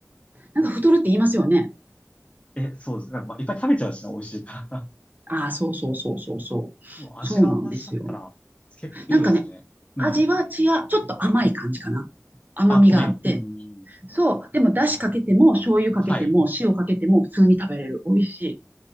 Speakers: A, on the right; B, on the left.
A: なんか太るって言いますよね。
B: え、そうですね。まあ、いっぱい食べちゃうしな、美味しいから。
A: ああ、そうそうそうそうそ
B: <laughs> でも味が同じだったら、
A: う。そうなんですよ。
B: 結構いいですね。
A: なんかね、
B: うん。
A: 味は違う、ちょっと甘い感じかな。甘みがあって。
B: あ、米に。うん。
A: そう、でも、だしかけても、醤油かけても、
B: はい。
A: 塩かけても、普通に食べれる。美味しい。